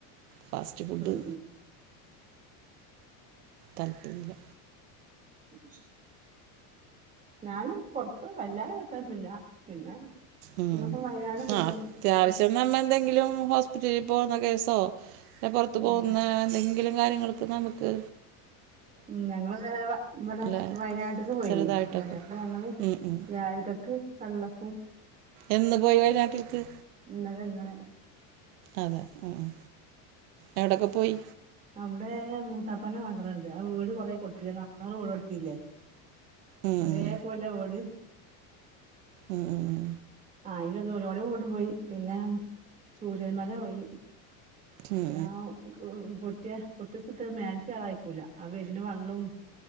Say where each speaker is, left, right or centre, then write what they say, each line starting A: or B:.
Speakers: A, on the right (about 75°); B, on the right (about 15°).
A: ഫാസ്റ്റ് ഫുഡ്
B: ഉം
A: താല്പര്യല്ല
B: ഉ <inaudible> ഞാനും പൊറ്ത്ത് വല്ലാതെക്കഴിക്കലോന്ന്ല്ല പിന്നെ
A: ഉം
B: ഞാൻപ്പം വായനാട് പോയ്നീ
A: ആ അത്യാവശ്യം
B: അപ്പോ
A: നമ്മ എന്തെങ്കിലും ഹോസ്പിറ്റലില് പോകുന്ന കേസോ അല്ലേ പൊറത്ത്
B: ഉം
A: പോകുന്ന എന്തെ ങ്കിലും കാര്യങ്ങൾക്ക് നമ്മ്ക്ക്
B: ഉം ഞങ്ങള് ഇന്നലെ വ ഇബടെ
A: അല്ലെ
B: വയനാട്ട്ക്ക് പോയിനി
A: ചെറുതായിട്ടൊക്കെ
B: ഇന്നലെ അപ്പം ഞങ്ങള്
A: ഉം ഉം
B: രാവില്ക്കക്ക് വെള്ളപ്പും
A: എന്ന് പോയി വയനാട്ടിൽക്ക്
B: ഇന്നലെ ഇന്നലെ
A: അതെ ഉം ഉം എവിടൊക്കെ പോയി
B: അവിടെ മൂത്താപ്പൻ്റെ മകള്ണ്ട് ആ വീട് കൊറെ കൊട്ത്തീര്ന്ന് അറ്ന്നൂറ് വീട് കൊട്ത്തില്ലേ
A: ഉം
B: ഒരേ പോലെ വീട്
A: ഉം ഉം
B: അയിലൊന്ന് <unintelligible> ഓലെ വീട് പോയി പിന്നെ ചൂരൽ മല പോയി
A: ഉം
B: പിന്നെ ആ പൊട്ട്യേ പൊട്ട്യ സ്ഥലത്ത് മേലക്ക് കേറായക്കൂല ആ വര്ന വള്ളും